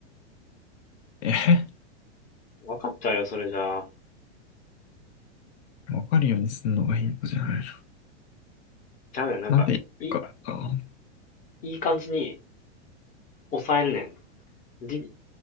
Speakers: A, on the left (about 65°); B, on the left (about 20°).
A: えへ、
B: わかっちゃうよ、それじゃあ。
A: わかるようにすんのがヒントじゃないの。
B: ちゃうねん、なんか、
A: なんて言ってるからな。
B: い、いい感じに抑えるねん。ギ